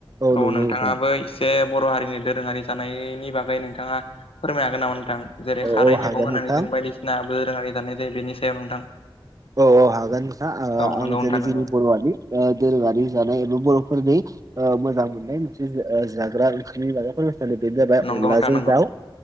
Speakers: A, on the left (about 85°); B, on the right (about 40°).
A: औ
B: नंगौ
A: नोंथाङाबोसे
B: नोंथां
A: बे बर' हारिनि दोरोङारि जानायनि बागै नोंथाङा फोरमाय हागोन नामा नोंथां जेरै
B: औ
A: खारै
B: औ
A: मैगं
B: हागोन
A: होनानै
B: नोंथां
A: जों बायदिसिनााबो रोङारि जानाय जायो बेनि सायाव नोंथां
B: औ औ हागोन नोंथा
A: औ
B: आं
A: नंगौ
B: जेरै
A: नोंथां नंगौ
B: जोंनि बर'आनि दोरोङारि जानाय ए बर'फोरनि मोजां मोननाय मोनसे जाग्रा ओंखामनि माग्राफोर सानो बेनो जाबाय
A: नंगौ
B: अनलाजों
A: नोंथां
B: दाउ